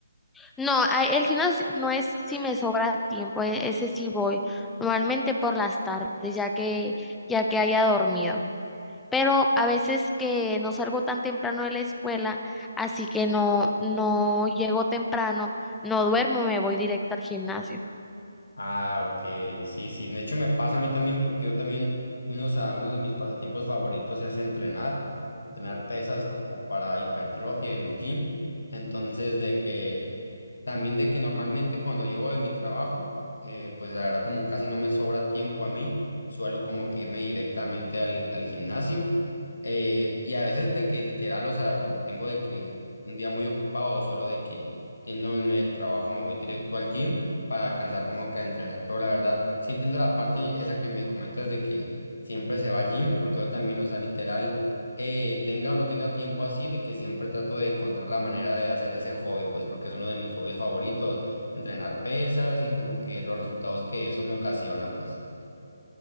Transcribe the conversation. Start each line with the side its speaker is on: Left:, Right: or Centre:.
Centre: No, a- el gimnasio no es si me sobra tiempo, e- ese sí voy, normalmente por las tardes, ya que, ya que haya dormido. Pero a veces que no salgo tan temprano de la escuela, así que no, no llego temprano, no duermo, me voy directo al gimnasio.
Left: Ah, ok, sí, sí, de hecho me pasa a mí también porque yo también, unos a sea, uno de mis pasatiempos favoritos es entrenar, entrenar pesas como para hipertrofia en el gym, entonces de que también de que normalmente cuando llego de mi trabajo, eh, pues la verdad como casi no me sobra tiempo a mí, suelo como que irme directamente al, al gimnasio. Eh, y a veces de que literal, o sea, como tengo de que un día muy ocupado, solo de que yéndome del trabajo me voy directo al gym para alcanzar como que a entrenar. Pero la verdad, sí entiendo la parte esa que me comentas de que siempre se va al gym, porque yo también, o sea, literal eh, tenga o no tenga tiempo así, de que siempre trato de encontrar la manera de hacer ese hobby, pues porque es uno de mis hobbies favoritos, entrenar pesas y como que los resultados que eso me ocasiona, pues.